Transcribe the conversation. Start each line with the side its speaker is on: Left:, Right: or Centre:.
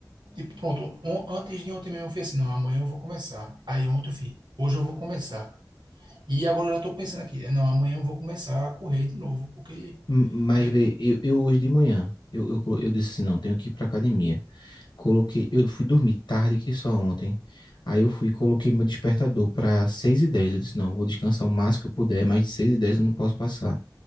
Right: Tipo, pronto, on- antes de ontem mesmo eu fiz assim, não, amanhã eu vou começar. Aí ontem eu fiz, hoje eu vou começar. E agora eu já tô pensando aqui, é, não, amanhã eu vou começar a correr de novo, porque
Left: M- Mas
Right: eu,
Left: vê, eu, eu hoje de manhã, eu, eu, colo- eu disse assim, não, tenho que ir pra academia. Coloquei, eu fui dormir tarde que só ontem. Aí eu fui e coloquei meu despertador para seis e dez, Eu disse, não, vou descansar o máximo que eu puder, mais de seis e dez eu não posso passar.